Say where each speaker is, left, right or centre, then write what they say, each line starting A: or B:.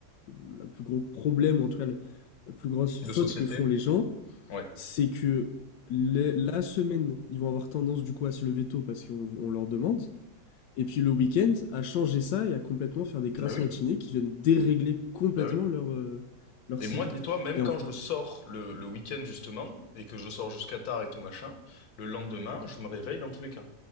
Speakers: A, on the left (about 90°); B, on the left (about 65°).
A: le plus gros problème, en tout cas, la plus grosse
B: De
A: faute
B: société?
A: que font les gens,
B: Ouais.
A: c'est que les- la semaine, ils vont avoir tendance du coup à se lever tôt parce qu'on on leur demande. Et puis le week-end, à changer ça et à complètement faire des grasses
B: Bah oui,
A: matinées qui viennent dérégler complètement
B: bah oui.
A: leur, euh, leur
B: Et
A: cycle.
B: moi, dis-toi, même
A: Et en,
B: quand je sors le, le week-end, justement, et que je sors jusqu'à tard et tout machin, le lendemain, je me réveille dans tous les cas.